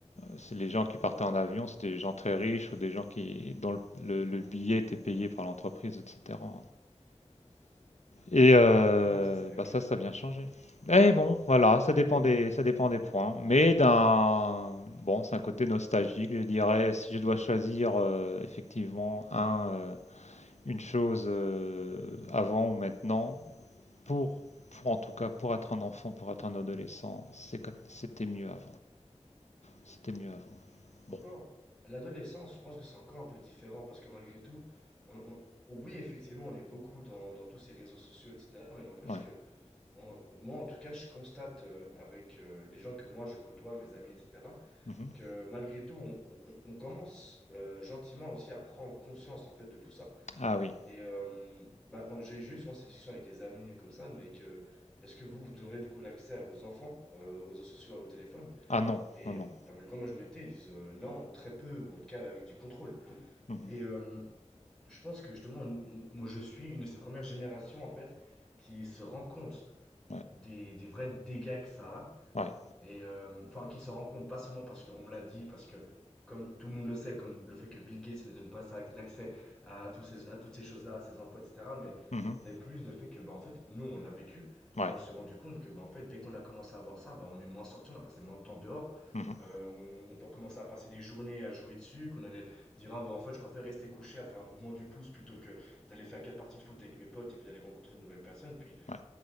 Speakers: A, on the left (about 75°); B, in the centre.
A: C'est les gens qui partaient en avion, c'était des gens très riches ou des gens qui dont le, le- le
B: Mhm.
A: billet était payé par l'entreprise, etc. Et euh,
B: Non, alors ça, c'est bien
A: bah
B: clair.
A: ça, ça a bien changé. Et bon, voilà, ça dépend
B: Mais
A: des, ça dépend des points. Mais d'un, bon, c'est un côté nostalgique, je dirais. Si je dois choisir euh, effectivement un, euh, une chose euh, avant ou maintenant, pour, pour en tout cas, pour être un enfant, pour être un adolescent, c'est que- c'était mieux avant. C'était mieux avant.
B: encore,
A: Bon,
B: l'adolescence, je pense que c'est encore un peu différent parce que malgré tout, on- on- oui, effectivement, on est beaucoup dans, dans tous ces réseaux sociaux, etc. Mais n'empêche
A: ouais.
B: que On- Moi, en tout cas, je constate euh, avec euh, les gens que moi je côtoie, mes amis, etc.,
A: Mhm.
B: que malgré tout, on, on- on commence euh, gentiment aussi à prendre conscience en fait de tout ça.
A: Ah oui.
B: Et euh, bah, on- j'ai j'ai eu souvent ces discussions avec des amis comme ça, mais que est-ce que vous, vous donnerez du coup l'accès à vos enfants euh, aux réseaux sociaux, au téléphone?
A: Ah non,
B: Et
A: non, non.
B: la ma- grande majorité ils disent euh, non, ou très peu, ou en tout cas avec du contrôle.
A: Mhm.
B: Et euh, je pense que justement, m- moi je suis une de ces premières générations en fait qui se rend compte
A: Ouais,
B: des, des vrais dégâts que ça a.
A: ouais.
B: Et euh, enfin, qui se rend compte pas seulement parce qu'on me l'a dit, parce que comme tout le monde le sait, comme le fait que Bill Gates ne donne pas ça- l'accès à, tous ces- à toutes ces choses-là, à ses infos, etc. Mais,
A: Mhm.
B: mais plus le fait que, bah, en fait, nous, on l'a vécu
A: Ouais.
B: et on s'est rendu compte que, bah, en fait, dès qu'on a commencé à voir ça, bah, on est moins sorti, on a passé moins de temps dehors.
A: Mhm.
B: Euh, on, on peut commencer à passer des journées à jouer dessus, qu'on allait dire, ah, bah, en fait, je préfère rester couché à faire un mouvement du pouce plutôt que d'aller faire quatre parties de foot avec mes potes et puis d'aller rencontrer de nouvelles personnes. Puis
A: Ouais,